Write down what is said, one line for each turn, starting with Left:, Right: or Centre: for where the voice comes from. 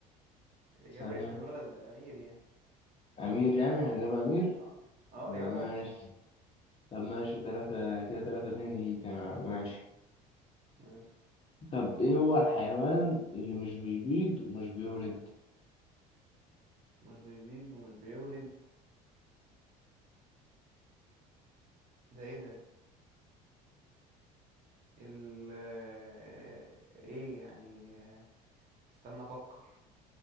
Right: الإجابة
Left: ثانية
Right: اسم الولد أمير يعني
Left: امير يعني هنجيب امير
Right: اه اه
Left: ما
Right: الإجابة
Left: ماشي
Right: أمير
Left: طب ماشي تلاتة كده تلاتة اتنين ليك انا ماشي
Right: ماشي
Left: طب ايه هو الحيوان اللي مش بيبيض ومش بيولد
Right: مش بيبيض ومش بيولد ده ايه ده؟ ال آه، ايه يعني آه، استنى افكر